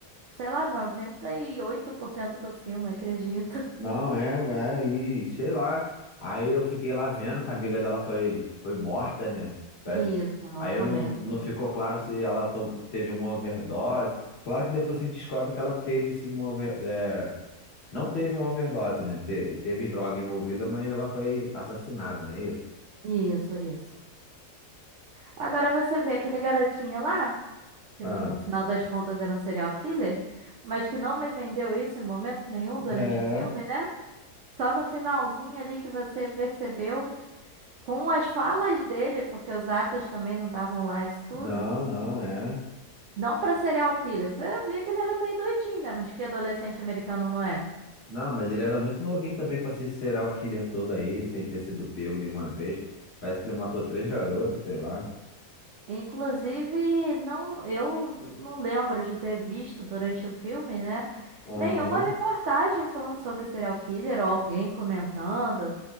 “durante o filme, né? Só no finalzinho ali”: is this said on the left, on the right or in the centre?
Right